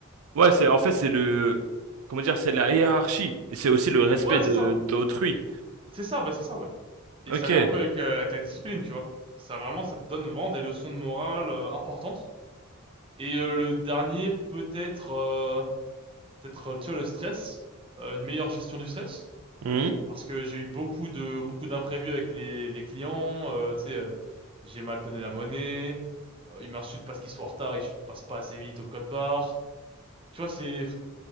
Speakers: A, on the right (about 80°); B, on the right (about 25°).
A: Ouais, c'est en fait c'est le comment dire, c'est la hiérarchie et c'est aussi le respect
B: Ouais,
A: de
B: c'est ça.
A: d'autrui.
B: C'est ça, ben, c'est ça, ouais. Et
A: Ok.
B: ça vient un peu avec, euh, avec la discipline, tu vois. Ça vraiment, ça te donne vraiment des leçons de morale, euh, importantes. Et euh, le dernier, peut-être, euh, peut-être, euh, tu vois, le stress, euh, une meilleure gestion du stress.
A: Mhm.
B: Parce que j'ai eu beaucoup de beaucoup d'imprévus avec les, les clients. euh, tu sais, euh, j'ai mal donné la monnaie. euh, ils m'insultent parce qu'ils sont en retard et je passe pas assez vite au code barre. Tu vois, c'est